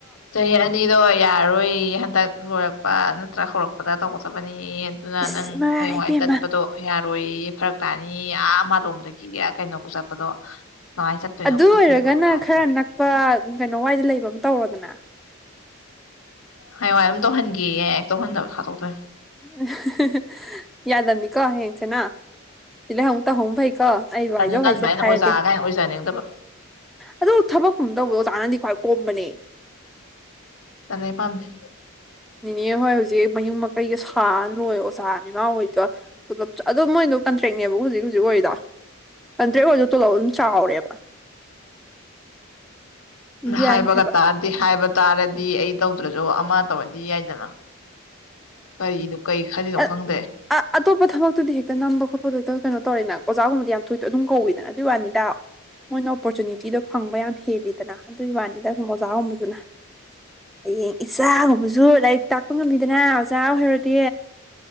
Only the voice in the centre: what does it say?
ꯏꯁ
ꯏꯃꯥꯏ
ꯄꯦꯝꯃ
ꯑꯗꯨ
ꯑꯣꯏꯔꯒꯅ
ꯈꯔ
ꯅꯛꯄ
ꯀꯩꯅꯣ ꯋꯥꯏꯗ ꯂꯩꯕ ꯑꯃ ꯇꯧꯔꯣꯗꯅ
ꯑ ꯍꯥ ꯍꯥ ꯍꯥ ꯌꯥꯗꯅꯤꯀꯣ ꯍꯌꯦꯡ ꯆꯦꯅꯥꯎ ꯁꯤꯗ ꯑꯃꯨꯛ ꯇꯧꯍꯧ ꯐꯩ ꯀꯣ ꯑꯩꯕꯨ
ꯍꯥꯏꯖꯧ
ꯍꯥꯖꯦ
ꯍꯥꯏꯔꯗꯤ
ꯑꯗꯨ ꯊꯕꯛꯀꯨꯝꯕ ꯇꯧꯗꯣ ꯑꯣꯖꯥꯅꯗꯤ ꯈ꯭ꯋꯥꯏ ꯀꯣꯝꯕꯅꯦ
ꯅꯤꯅꯦ ꯍꯣꯏ ꯍꯧꯖꯤꯛ ꯃꯌꯨꯝ ꯃꯀꯩ ꯑꯩꯒ ꯁꯥ ꯂꯣꯏ ꯑꯣꯖꯥꯅꯤ ꯃꯥ ꯑꯣꯏꯗꯣ ꯄꯨꯂꯞ ꯆ ꯑꯗꯨ ꯃꯣꯏꯗꯣ ꯀꯟꯇ꯭ꯔꯦꯛꯅꯦꯕ ꯍꯨꯖꯤꯛ ꯍꯨꯖꯤꯛ ꯑꯣꯏꯔꯤꯗꯣ ꯀꯟꯇ꯭ꯔꯦꯛ ꯑꯣꯏꯔꯖꯨ ꯇꯣꯂꯣꯞ ꯑꯗꯨꯝ ꯆꯥꯎꯔꯦꯕ ꯌꯥꯏ
ꯍꯥꯏꯕ
ꯑꯥ
ꯑꯥ ꯑꯇꯣꯞꯄ ꯊꯕꯛꯇꯨꯗꯤ ꯍꯦꯛꯇ ꯅꯝꯕ ꯈꯣꯠꯄꯗꯣ ꯍꯦꯛꯇ ꯀꯩꯅꯣ ꯇꯧꯔꯦꯅ ꯑꯣꯖꯥꯒꯨꯝꯕꯗꯤ ꯌꯥꯝ ꯊꯣꯏ ꯑꯗꯨꯝ ꯀꯧꯋꯤꯗꯅ ꯑꯗꯨꯒꯤ ꯋꯥꯅꯤꯗ ꯃꯣꯏꯅ ꯑꯣꯄꯣꯔꯆꯨꯅꯤꯇꯤꯗꯣ ꯐꯪꯕ ꯌꯥꯝ ꯍꯦꯜꯂꯤꯗꯅ ꯑꯗꯨꯏꯒꯤ ꯋꯥꯅꯤꯗ ꯁꯨꯝ ꯑꯣꯖꯥꯒꯨꯝꯕꯗꯨꯅ ꯍꯌꯦꯡ ꯏꯆꯥꯒꯨꯝꯕꯁꯨ ꯂꯥꯏꯔꯤꯛ ꯇꯥꯛꯄ ꯉꯝꯃꯤꯗꯅ ꯑꯣꯖꯥ ꯑꯣꯏꯍꯧꯔꯗꯤ